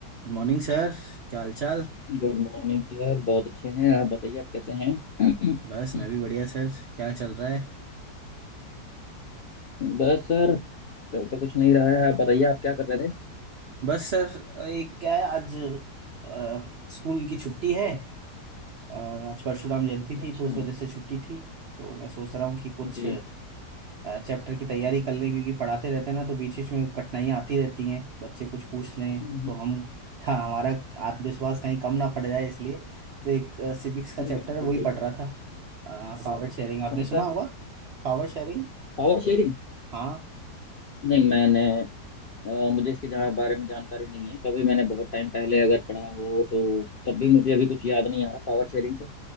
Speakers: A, on the right (about 85°); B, on the left (about 50°).
A: Good morning sir क्या हालचाल
B: Good morning sir बहुत अच्छे हैं आप बताइए आप कैसे हैं
A: बस मैं
B: <clears throat>
A: भी बढ़िया सर क्या चल रहा है
B: बस सर चल तो कुछ नहीं रहा है आप बताइए आप क्या कर रहे थे
A: बस सर एक क्या है आज अ, स्कूल की छुट्टी है अ, आज परशुराम जयंती थी
B: अच्छा
A: तो उस वजह से छुट्टी थी तो मैं सोच रहा हूँ कि कुछ
B: जी
A: चैप्टर की तैयारी कर लें क्योंकि पढ़ाते रहते हैं ना तो बीच बीच में कठिनाइयाँ आती रहती हैं बच्चे कुछ पूछ लें
B: हम्म,
A: तो हम हाँ हमारा आत्मविश्वास कहीं कम ना पड़ जाए इसलिए तो एक सिविक्स का
B: बिल्कुल
A: चैप्टर है वही
B: बिल्कुल
A: पढ़ रहा था पावर शेयरिंग आपने
B: कौन
A: सुना
B: सा
A: होगा पावर शेयरिंग
B: Power sharing
A: हाँ
B: नहीं मैंने अ, मुझे इसके जहाँ बारे में जानकारी नहीं है कभी मैंने बहुत टाइम पहले अगर पढ़ा हो तो तब भी मुझे अभी कुछ याद नहीं आ रहा पावर शेयरिंग से